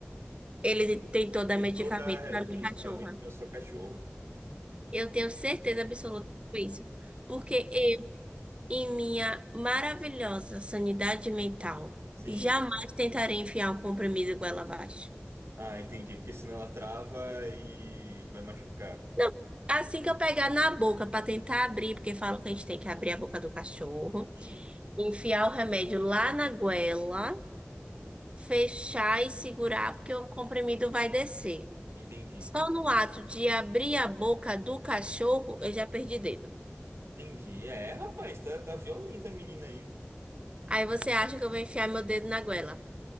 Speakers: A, on the right; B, on the right.
A: Ele tentou dar
B: Tentou
A: medicamento
B: dar
A: para
B: medicamento
A: minha cachorra.
B: pra sua cachorra.
A: Eu tenho certeza absoluta disso. Porque eu, em minha maravilhosa sanidade mental,
B: Sim.
A: jamais tentarei enfiar um comprimido goela abaixo.
B: Ah, entendi. Porque senão ela trava e vai machucar.
A: Não, assim que eu pegar na boca para tentar abrir, porque falam que a gente tem que abrir a boca do cachorro,
B: Sim,
A: enfiar o remédio lá na goela, fechar e segurar, porque o comprimido vai descer.
B: entendi.
A: Só no ato de abrir a boca do cachorro, eu já perdi dedo.
B: Entendi. É, rapaz, tá, tá violenta a menina aí.
A: Aí você acha que eu vou enfiar meu dedo na goela.